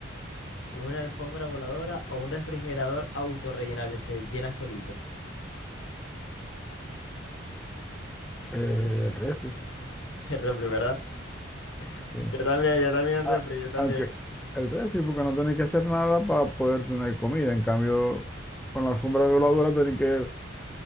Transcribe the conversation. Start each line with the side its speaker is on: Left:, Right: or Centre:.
Left: Una alfombra voladora o un refrigerador autorrellenable. Se llena solito.
Centre: Eh, el refri.
Left: <laughs> El refri, ¿verdad? Yo
Centre: sí.
Left: también, yo también el
Centre: a-
Left: refri, yo también.
Centre: aunque el refri, porque no tenéis que hacer nada para poder tener comida. En cambio, con la alfombra voladora tenéis que